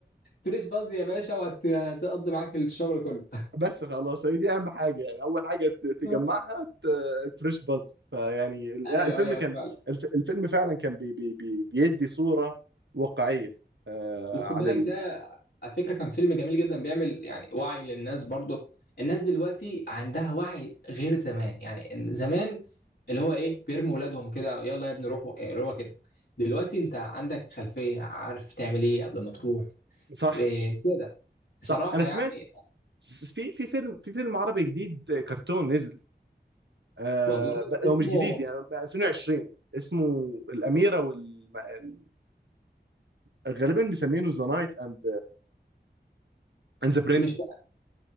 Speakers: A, on the left; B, on the right.
A: فلوس باظ يا باشا وهتقضي معاك الشغل كله
B: بس خلاص هي دي اهم حاجه يعني اول حاجه ت- تجمعها
A: <laughs>
B: ت- الفريش باز فيعني ال- لا،
A: ايوه
B: الفيلم
A: ايوه
B: كان
A: فعلا
B: الف- الفيلم فعلا كان بي بي بي بيدي صوره واقعيه آه،
A: وخد
B: عن
A: بالك
B: ال...
A: ده على فكره كان فيلم جميل جدا بيعمل يعني وعي للناس برضو الناس دلوقتي عندها وعي غير زمان يعني إن زمان اللي هو ايه بيرموا ولادهم كده يلا يا ابني روحوا إيه، روحوا كده دلوقتي انت عندك خلفيه عارف تعمل ايه قبل ما تروح
B: صح
A: إيه كده بصراحه
B: صح انا سمعت
A: يعني
B: س- في في فيلم في فيلم عربي جديد آه، كرتون نزل آه،
A: والله
B: ب-
A: اسمه
B: هو مش جديد يعني 2020 اسمه الاميره وال الم- ال- غالبا مسمينه ذا نايت اند اند ذا برنسس
A: مش